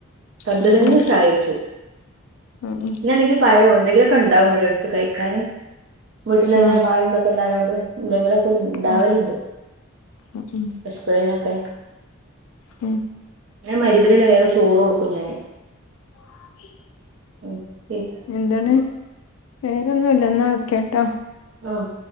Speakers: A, on the right; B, on the left.
A: കണ്ടുതെങ്കി
B: ഉം
A: ചായ വെച്ചോ
B: ഉം ഉം
A: ഇന്ന എന്തെങ്കിലും പഴോ എന്തെങ്കിലും കണ്ടാവും കഴിക്കാനും വീട്ടിൽ തന്നെ
B: ആഹ്
A: വായന്തൊക്കെ ഉണ്ടായത കൊണ്ട് എന്തെങ്കിലും ഉണ്ടാവലുണ്ട്
B: ഉം ഉം
A: പച്ചക്കളിലൊക്കെ
B: ആഹ
A: മരുപിന തന്നെ വേഗം ചോറ് കൊടുക്കും ഞാന്ൻ
B: ഉം <unintelligible>
A: ആഹ്
B: എന്താണ് വേറെന്നും ഇല്ല എന്നാ നോക്കട്ടോ
A: ആഹ്